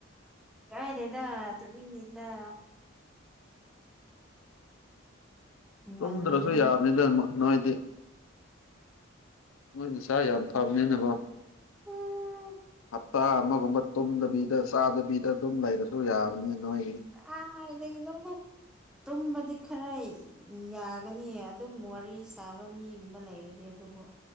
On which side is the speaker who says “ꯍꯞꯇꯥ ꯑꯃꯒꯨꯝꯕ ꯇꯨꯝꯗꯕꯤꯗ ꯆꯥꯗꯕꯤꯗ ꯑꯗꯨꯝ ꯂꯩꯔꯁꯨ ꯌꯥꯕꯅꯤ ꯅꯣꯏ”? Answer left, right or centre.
Left